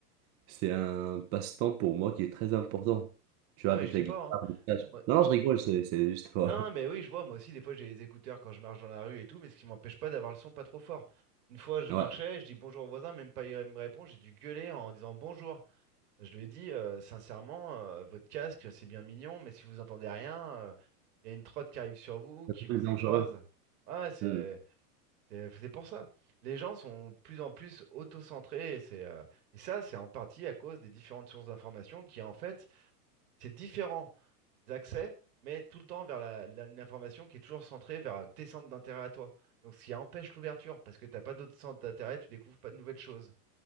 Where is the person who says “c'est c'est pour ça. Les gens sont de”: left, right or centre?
Right